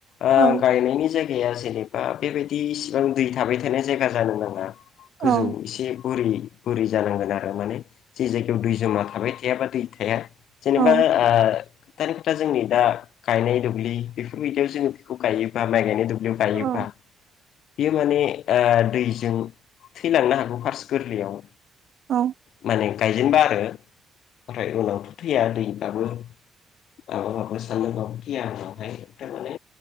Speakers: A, on the left; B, on the right.
A: ओ
B: औ
A: गायनायनि जायगाया जेरै बा बेबायदि इसिबां दै थाबाय थानाय जायगा जानो नाङा
B: औ
A: गोजौ एसे बुरै बुरै जानांगोन आरो माने जे जायगायाव दै जमा थाबाय थायाबा दै थाया जेनेबा
B: औ
A: ओ दा जोंनि दा गायनाय दुब्लि बेफोरबायदियाव जोङो बेखौ गायोबा माइ गायनाय दुब्लि बियाव गायोब्लाा
B: औ
A: बेयो माने दैजों थैलांनो हागोन फार्स् गोरलैयाव
B: औ
A: माने गायजेनबा आरो ओमफ्राय उनावथ' थैया दैबाबो माबा माबो सानदोंबाबो थैया आरोहाय माने